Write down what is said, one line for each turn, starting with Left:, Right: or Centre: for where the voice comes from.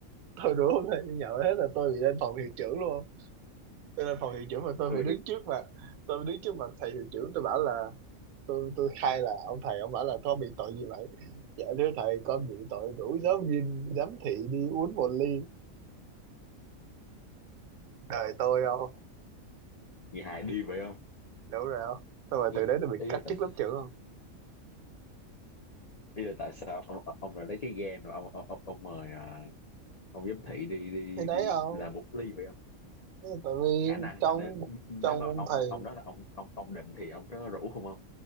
Right: tôi đố hôm nay đi nhậu hết là tôi bị lên phòng hiệu trưởng luôn không tôi lên phòng hiệu trưởng mà tôi
Left: tôi
Right: phải đứng
Left: mà
Right: trước mặt tôi đứng trước mặt thầy hiệu trưởng tôi bảo là tôi tôi khai là ông thầy ông bảo là con bị tội gì vậy dạ thưa thầy con bị tội rủ giáo viên giám thị đi uống một ly đời tôi không
Left: người hài <laughs> đi vậy không
Right: đúng rồi không xong rồi
Left: ý,
Right: từ đấy tôi bị
Left: ý
Right: cắt
Left: là tại
Right: chức
Left: sao
Right: lớp trưởng không
Left: ý là tại sao ông ông lại lấy cái ghen rồi ông ông, ông, ông mời à, ông giám thị đi đi
Right: thì
Left: đi
Right: đấy không
Left: là một ly vậy không
Right: tại vì
Left: khả năng
Right: trong
Left: là nếu nếu
Right: trong
Left: mà
Right: ông
Left: ông
Right: thầy
Left: ông đó là ông ông ông định thì ông có rủ không không